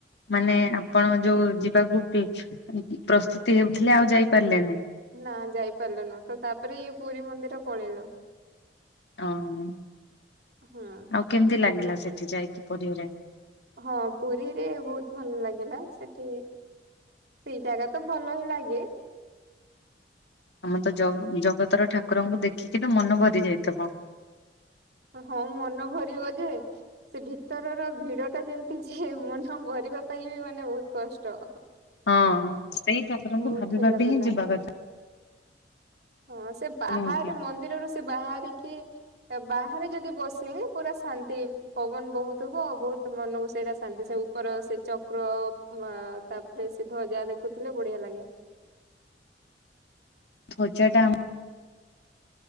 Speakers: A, on the left (about 65°); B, on the right (about 60°).
A: ମାନେ ଆପଣ ଯୋଉ ଯିବାକୁ ପି-ପ୍ରସ୍ତୁତି ହେଉଥିଲେ ଆଉ ଯାଇପାରିଲେନିଁ?
B: ନା ଯାଇପାରିଲୁନୁ। ତ ତା'ପରେ ଇଏ ପୁରୀ ମନ୍ଦିର ପଳେଇଲୁ।
A: ଅଁ ମ୍
B: ହଁ।
A: ଆଉ କେମିତି ଲାଗିଲା ସେଠି ଯାଇକି ପୁରୀରେ?
B: ହଁ, ପୁରୀରେ ବହୁତ ଭଲ ଲାଗିଲା। ସେଠି ସେଇ ଜାଗା ତ ଭଲ ହିଁ ଲାଗେ।
A: ଆମ ତ ଜ-ଜଗତର ଠାକୁରଙ୍କୁ ଦେଖିକି ନା ମନ ଭରି ଯାଇଥିବ।
B: ହଁ, ମନ ଭରିବ ଯେ ସେ ଭିତରର ଭିଡ ଟା ଯେମତି ଯେ, ମନ ଭରିବା ପାଇଁ ବି ମାନେ ବହୁତ କଷ୍ଟ।
A: ହଁ, ସେଇ ଠାକୁରଙ୍କୁ
B: ବହୁତ
A: ଭାବି
B: ଠେଲା
A: ଭାବି
B: ପେଲା
A: ହିଁ ଯିବା କଥା।
B: ହଁ, ସେ ବାହାରେ
A: ନୁହଁ କି
B: ମନ୍ଦିରରୁ ସେ ବାହାରିକି ବାହାରେ ଯଦି ବସିଲେ ପୁରା ଶାନ୍ତି। ପବନ ବହୁଥିବ, ବହୁତ ମନକୁ ସେଇଟା ଶାନ୍ତି ସେ ଉପର ସେ ଚକ୍ର ବା, ତାପରେ ସେ ଧ୍ୱଜା ଦେଖୁଥିଲେ ବଢିଆ ଲାଗେ।
A: ଧ୍ୱଜା ଟା ଆମ୍